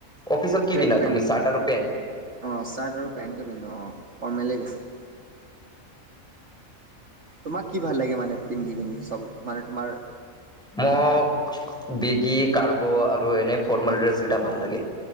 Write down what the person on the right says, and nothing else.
ট্ৰেক
পেণ্ট
অ', চাৰ্ট আৰু পেণ্টটো পিন্ধো, অ' ফৰ্মেলেই পিন্ধো। তোমাক কি ভাল লাগে মানে পিন্ধি পিনি চব মানে তোমাৰ